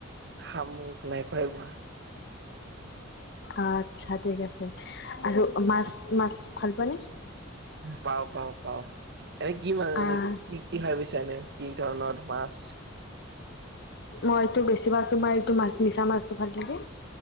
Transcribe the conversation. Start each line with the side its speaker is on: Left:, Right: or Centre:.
Right: শামুক নাই খোৱাই পোৱা
Left: আচ্ছা ঠিক আছে আৰু মাছ মাছ ভাল পোৱা নে?
Right: পাওঁ পাওঁ পাওঁ এনেই কি মাছ মানে
Left: আহ
Right: কি কি খাই পিছা এনে কি ধৰণৰ মাছ
Left: মইটো বেছিভাগ তোমাৰ এইটো মাছ মিছা মাছটো ভাল লাগে।